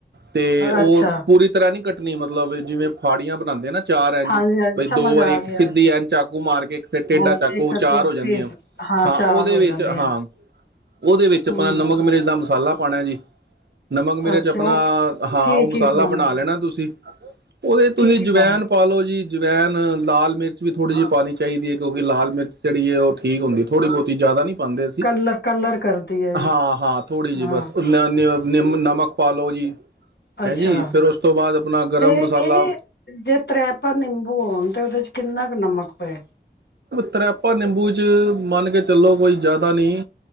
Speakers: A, on the right; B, on the left.
A: ਤੇ ਉਹ
B: ਅੱਛਾ
A: ਪੂਰੀ ਤਰ੍ਹਾਂ ਨਹੀਂ ਕੱ ਟ ਨ ਮਤਲਬ ਜਿਵੇਂ ਫਾੜੀਆਂ ਬਣਾਉਂਦੇ ਨਾ ਚਾਰ ਇੰਚ
B: ਹਾਂਜੀ-ਹਾਂਜੀ
A: ਬਈ ਦੋ
B: ਸਮਝ
A: ਵਾਰੀ
B: ਆ
A: ਇੱਕ
B: ਗਿਆ
A: ਸਿੱਧੀ ਇੰਚ ਆਗੂ ਮਾਰ ਕੇ ਇੱਕ ਫਿਰ ਟੇਡਾ
B: ਹਾਂ
A: ਚਾਕੋ
B: ਇੱਕ
A: ਚਾਰ
B: ਦੋ
A: ਹੋ ਜਾਂਦੀਆਂ
B: ਪੀਸ
A: ਹਾਂ
B: ਚਾਰ
A: ਉਹਦੇ
B: ਹੋ
A: ਵਿੱਚ
B: ਜਾਂਦੇ
A: ਹਾਂ
B: ਆ
A: ਉਹਦੇ ਵਿੱਚ ਆਪਣਾ
B: ਹੂੰ
A: ਨਮਕ ਮਿਰਚ ਦਾ ਦਾ ਮਸਾਲਾ ਪਾਉਣਾ ਜੀ ਨਮਕ ਮੇਰੇ
B: ਅੱਛਾ
A: 'ਚ ਆਪਣਾ
B: ਉਹ
A: ਹਾਂ
B: ਕੀ-ਕੀ
A: ਉਹ ਮਸਾਲਾ
B: ਪਾਣਾ
A: ਬਣਾ ਲੈਣਾ ਤੁਸੀਂ ਉਹਦੇ ਤੁਸੀਂ
B: ਕੀ-ਕੀ
A: ਜਵੈਨ
B: ਪਾ
A: ਪਾਾਲੋ ਜੀ ਅਜਵੈਨ ਲਾਲ ਮਿਰਚ ਵੀ ਥੋੜ੍ਹੀ ਜਿਹੀ ਪਾਉਣੀ ਚਾਹੀਦੀ ਹੈ ਕਿਉਂਕਿਾਲ ਮਿਰਚ ਜਿਹੜੀ ਠੀਕ ਹੁੰਦੀ ਥੋੜੀ ਬਹੁਤੀ ਜ਼ਿਆਦਾ ਨਹੀਂ ਪਾਉਂਦੇ ਸੀ
B: ਕਲਰ-ਕਲਰ ਕਰਦੀ ਹੈ
A: ਹਾਂ ਹਾਂ ਥੋੜ੍ਹੀ ਜਿਹੀ
B: ਹਾਂ
A: ਬਸ ਉਨੀ ਉਨੀ ਨਿੰਮ ਨਮਕ ਪਾ ਲਉ ਜੀ ਹੈਂ
B: ਅੱਛਾ
A: ਜੀ ਫਿਰ ਉਸ ਤੋਂ ਬਾਅਦ ਆਪਣਾ ਗਰਮ
B: ਤੇ
A: ਮਸਾਲਾ
B: ਇਹ ਜੇ ਤ੍ਰੈਪਾ ਨਿੰਬੂ ਆਉਣ ਤੇ ਉਹਦੇ ਚ ਕਿੰਨਾ ਕੁ ਨਮਕ ਪਏ
A: ਤਰੈਪਾ ਨਿੰਬੂ ਚ ਮੰਨ ਕੇ ਚੱਲੋ ਕੋਈ ਜ਼ਿਆਦਾ ਨਹੀਂ